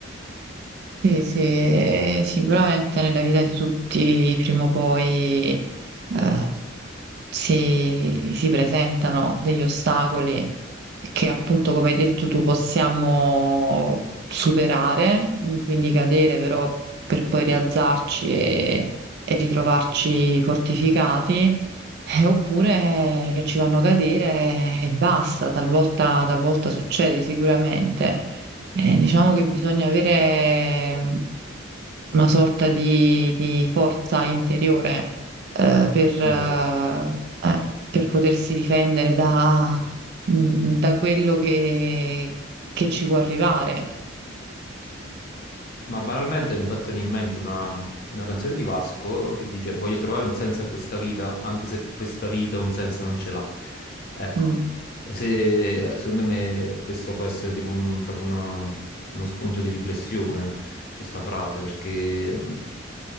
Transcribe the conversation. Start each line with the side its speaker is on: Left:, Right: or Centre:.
Right: Sì, sì, eh, sicuramente nella vita di tutti prima o poi eh, si, si presentano degli ostacoli che appunto, come hai detto tu, possiamo superare, quindi cadere però per poi rialzarci e, e ritrovarci fortificati, eh, oppure che ci fanno cadere e basta, talvolta talvolta succede sicuramente. Eh, diciamo che bisogna avere una sorta di, di forza interiore eh, per, eh,
Left: Esatto.
Right: eh, per potersi difendere da, mm, da quello che, che ci può arrivare.
Left: Ma banalmente mi è fatto venire in mente una, una canzone di Vasco che dice voglio trovare un senso a questa vita, anche se questa vita un senso non ce l'ha. Ecco,
Right: Mm.
Left: se- secondo me questo può essere tipo un- proprio una- uno spunto di riflessione, questa frase, perché mh,